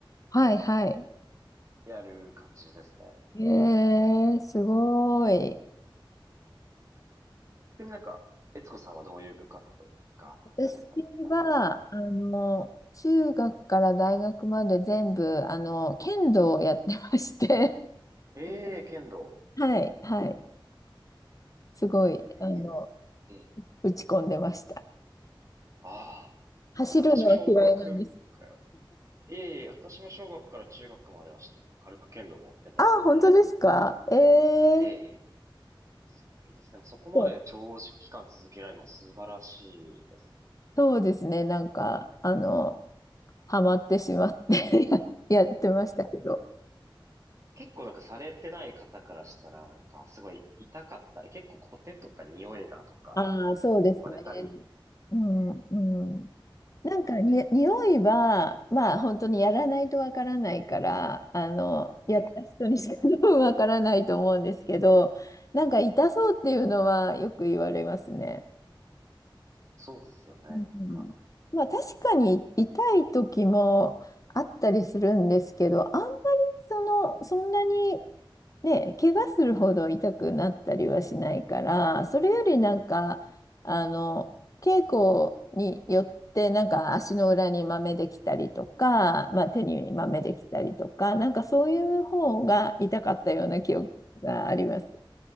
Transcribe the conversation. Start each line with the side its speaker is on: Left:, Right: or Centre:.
Left: はい、はい。
Right: でやる感じですね。
Left: えー、すごい。
Right: 逆になんか、悦子さんはどういう部活動とか、なんかされたことってありますか
Left: 私は、あの、中学から大学まで全部、あの、剣道をやってまして、
Right: ええ、剣道。
Left: はい、はい。すごい、
Right: ええ、
Left: あの、
Right: いいですね。ええ。
Left: 打ち込んでました。
Right: ああ。
Left: 走るのは嫌いなんです。
Right: いや、私も小学から、ええ、私も小学から中学まではちょっと軽く剣道をやってたので、
Left: あ、本当ですかえー、
Right: ええ。すごいですね。でもそこまで長時間続けられるの素晴らしいです
Left: そうなんかそうですね。なんか、あの、ハマってしまって <laughs> や、やってましたけど。
Right: ね。結構なんかされてない方からしたら、なんかすごい痛かったり、結構コテとか匂いがとか、
Left: ああ、そうですね。
Right: 結構言われたり、
Left: うん、
Right: え
Left: うん。なんかに、
Right: ーと
Left: 匂いは、まあ、本当にやらないとわからないから、あの、やった人にしか
Right: ええ
Left: <laughs> 多分わからないと思うんですけど、なんか痛そうっていうのはよく言われますね。
Right: そうですよね。なんか、
Left: うんまあ確かに痛い時もあったりするんですけど、あんまりその、そんなにね、怪我するほど痛くなったりはしないから、それよりなんか、あの、稽古によってなんか足の裏に豆できたりとか、まあ手に豆できたりとか、
Right: ええ
Left: なんかそういう方が痛かったような記憶があります。